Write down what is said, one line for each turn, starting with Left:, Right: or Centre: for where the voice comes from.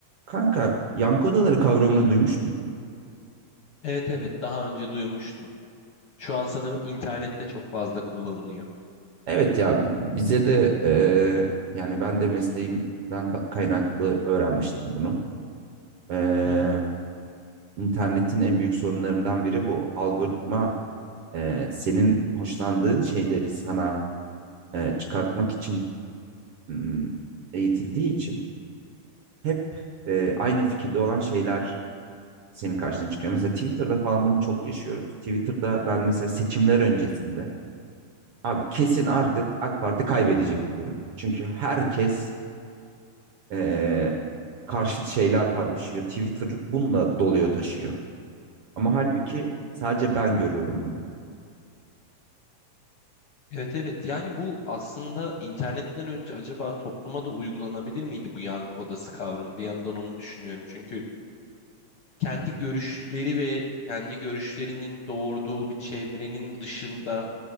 Right: Kanka yankı odaları kavramını duymuş muydun?
Left: Evet evet daha önce duymuştum. Şu an sanırım internette çok fazla kullanılıyor.
Right: Evet ya bize de eee, yani ben de mesleğimden ba- kaynaklı öğrenmiştim bunu. Eee
Left: Hı hı.
Right: internetin en büyük sorunlarından biri bu. Algoritma eee, senin hoşlandığın şeyleri sana eee, çıkartmak için hmm, eğitildiği için hep eee, aynı fikirde olan şeyler senin karşına çıkıyor. Mesela Twitter'da falan bunu çok yaşıyoruz. Twitter'da ben mesela seçimler öncesinde Abi kesin artık AK Parti kaybedecek diyorum. Çünkü herkes eee, karşıt şeyler paylaşıyor. Twitter bununla doluyor taşıyor. Ama halbuki sadece ben görüyorum bunu.
Left: Evet evet yani bu aslında internetten önce acaba topluma da uygulanabilir miydi bu yankı odası kavramı? Bir yandan onu düşünüyorum. Çünkü kendi görüşleri ve kendi görüşlerinin doğurduğu bir çevrenin dışında